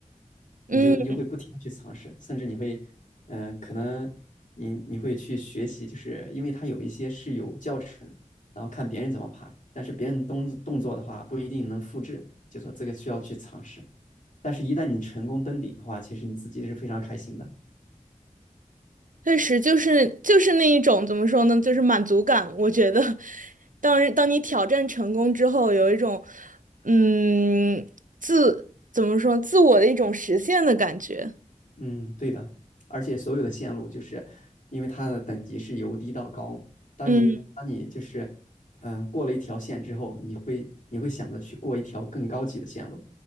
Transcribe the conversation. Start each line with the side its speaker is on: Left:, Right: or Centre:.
Right: 嗯。
Left: 你就你就会不停的去尝试，甚至你会，嗯、可能你你会去学习，就是因为它有一些是有教程，然后看别人怎么爬，但是别人动动作的话不一定能复制，就说这个需要去尝试。但是，一旦你成功登顶的话，其实你自己是非常开心的。
Right: 确实，就是就是那一种怎么说呢，就是满足感。我觉得，当当你挑战成功之后，有一种嗯自怎么说自我的一种实现的感觉。
Left: 嗯，对的，而且所有的线路就是因为它的等级是由低到高，当你当你就是嗯、
Right: 嗯
Left: 呃过了一条线之后，你会你会想着去过一条更高级的线路，